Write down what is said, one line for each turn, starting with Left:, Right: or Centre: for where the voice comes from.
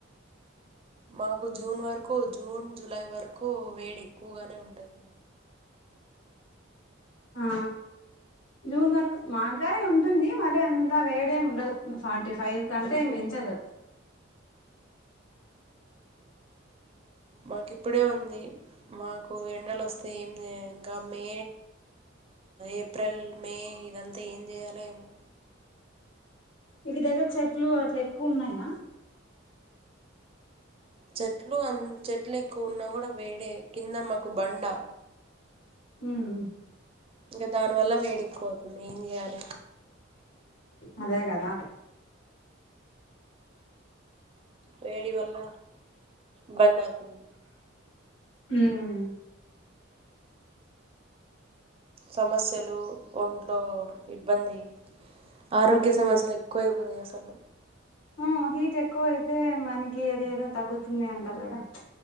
Right: మాకు జూన్ వరకు జూన్ జులై వరకు వేడి ఎక్కువగానే ఉంటది
Left: ఆ జూన్ వరకు మాగాని ఉంటుంది మరి అంతా వేడేమీ ఉండదు ఫార్టీ ఫైవ్ కంటే మించదు
Right: మాకు ఇప్పుడే ఉంది మాకు ఎండలు వస్తే ఏమి ఇంకా మే ఏప్రిల్ మే ఇదంతా ఏం చేయాల ఏమో
Left: మీకు దగ్గర చెట్లు అట్లా ఎక్కువ ఉన్నాయా
Right: చెట్లు అ చెట్లు ఎక్కువ ఉన్నా కూడా వేడే కింద మాకు బండ
Left: ఉమ్
Right: ఇంకా దాని వల్ల వేడి ఎక్కువ అవుతుంది ఏం చేయాలి
Left: అదే కదా
Right: వేడి వల బన్నకు
Left: ఊమ్
Right: సమస్యలు ఒంట్లో ఇబ్బంది ఆరోగ్య సమస్యల కోయి బోని అసలు
Left: ఆ హీట్ ఎక్కువ అయితే మనకి ఏదో ఏదో తగ్గుతుంది అంటారు కదా